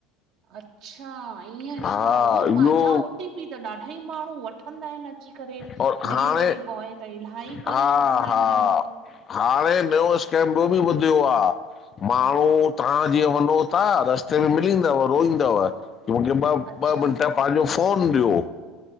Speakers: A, on the right (about 60°); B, on the left (about 35°).
A: अच्छा ईअं
B: हा
A: छा उहोई
B: इहो
A: मां चवां ओ टी पी त ॾाढा -ढई माण्हू वठंदा आहिनि अची करे
B: और हाणे
A: डिलीवरी बॉय त इलाही
B: हा
A: करे छॾंदा
B: हा
A: आहिन हाणे
B: हाणे नयो स्कैम बि ॿुधियो आ माण्हू ताहां जीअं वञो ता रस्ते में मिलींदव रोईंदव, चवंजे ॿ
A: अच्छा
B: ॿ मिंट पांजो फ़ोन ॾियो।